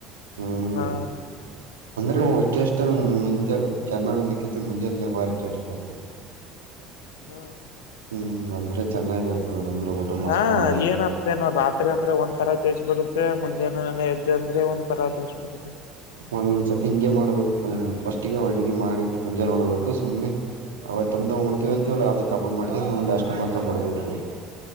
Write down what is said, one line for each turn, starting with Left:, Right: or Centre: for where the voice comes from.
Right: ಹ್ಮ್
Left: ಹಾ
Right: ಅಂದ್ರೆ ಟೇಸ್ಟ್ ಮುಂಜೆ ಚೆನ್ನ ಮಾಡಿ ಒಂದಕ್ಕ ಮುಂಜೆಲ್ಲೆ ಭಾರಿ ಟೇಸ್ಟ್ ಬರ್ತತಿ
Left: ಹ್ಮ
Right: ಹ್ಮ್ ಅಂದ್ರೆ ಚೆನ್ನಾಗಿ ಇರ್ತದ ಅಂದ್ರೆ ಊಟ ಮಸ್ತ್
Left: ಹಾ
Right: ಮಾಡಕ್
Left: ಏನ ಇದೇ ರಾತ್ರಿ ಅಂದ್ರೆ ಒಂತರ ಟೇಸ್ಟ್ ಬರುತ್ತೆ ಮುಂಜಾನೆ ಎದ್ಧೆ ಅಂದ್ರೆ ಒಂದ್ ತರ ಟೇಸ್ಟ್ ಬರುತ್ತೆ
Right: ಒಂದ್ಸತಿ ಹಿಂಗೆ ಮಾಡ್ಬೇಕು ಫಸ್ಟ್ಿಗೆ ಅಡುಿಗೆ ಮಾಡಿಟ್ಟು ಮುಂಜೆ ಹೊಣಬೇಕು ಸುಮ್ನೆ ಅವತ್ಂದ ಉಣ್ತೀವಿ ಅಂತೀವಲ್ಲ ಅದ ಕಬಾಬ್ ಮಾಡಿಕೊಂಡ್ ಉಂಡ ಅ ಮಾಡ ಹಕ್ಂಬಿಡ್ಬೇಕು